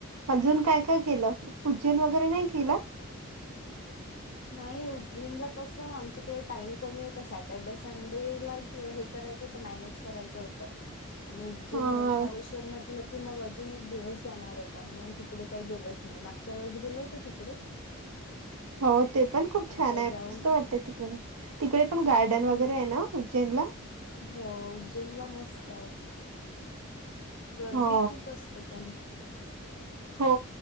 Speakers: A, on the right; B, on the left.
A: अजून काय-काय केलं? उज्जैन वगैरे नाही केलं?
B: नाही उज्जैनला कस आमच्याकडे टाइम कमी होता. सॅटर्डे संडेलाच हे करता मॅनेजर करायचं होत. आणि उज्जैन.
A: हा
B: ओंकारेश्वर. मध्ये तर म्हलं की. मग अजून एक दिवस जाणार होता म्हणून तिकडे काही गेलोच नाही. मागच्या वेळेस गेलो होत तिकडे <inaudible>
A: हो ते पण खूप छान
B: आता
A: आहे.
B: जाऊ
A: मस्त वाटत तिकडे-तिकडे पण गार्डन
B: हम्म
A: वगैरे आहे ना. उज्जैन ला.
B: हो उज्जैन ला मस्त आहे. गर्दी
A: हो
B: खूप असते पण.
A: हो